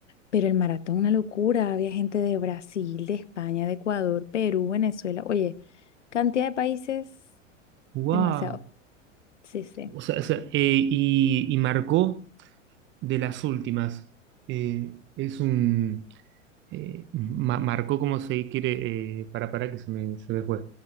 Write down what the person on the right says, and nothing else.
wow.
O sea, o sea, eh, y, y marcó de las últimas. Eh, es un, eh, ma- marcó cómo se quiere, eh, para, para que se me, se me fue. O